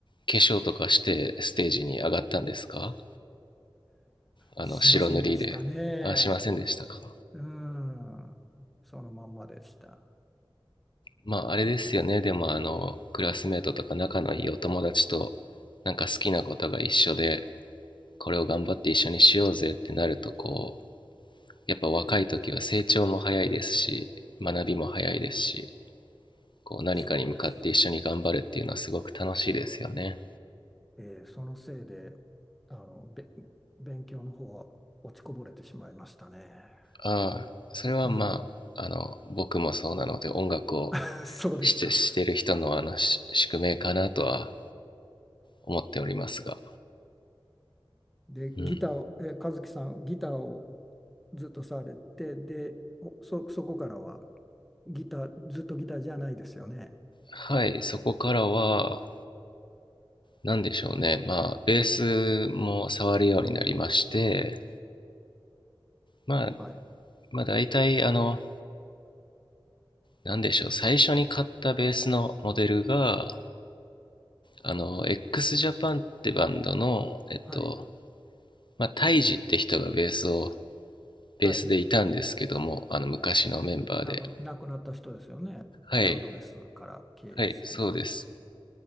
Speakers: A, on the left (about 60°); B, in the centre.
A: 化粧とかしてステージに上がったんですかあの白塗りで。
B: しませんでしたね。
A: あしませんでしたか
B: うん、そのまんまでした。
A: まああれですよねでもあのクラスメートとか仲のいいお友達となんか好きなことが一緒で
B: ええ
A: これを頑張って一緒にしようぜってなるとこうやっぱ若い時は成長も早いですし学びも早いですしこう何かに向かって一緒に頑張るっていうのはすごく楽しいですよね。
B: そうです。ええそのせいで、あの、べ、勉強の方は落ちこぼれてしまいましたね。
A: ああそれはまああの僕もそうなので音楽を
B: うん、<laughs> そうですか。
A: してしてる人のあの宿命かなとは思っておりますが、
B: で、
A: うん、
B: ギターを、え和樹さん、ギターをずっとされて、で、おそ、そこからは、ギター、ずっとギターじゃないですよね。
A: はいそこからはなんでしょうね。まあ、ベースも触るようになりまして、まあ、
B: はい。
A: まあ、大体、あの、なんでしょう、最初に買ったベースのモデルが、あの、XJAPAN ってバンドの、えっと、
B: はい。
A: まあ、タイジって人がベースを、
B: はい。
A: ベースでいたんですけども、あの、昔のメンバーで。
B: なく、亡くなった人ですよね。
A: はい、
B: ラウドネスから経由して、
A: はい、そうです。
B: はい。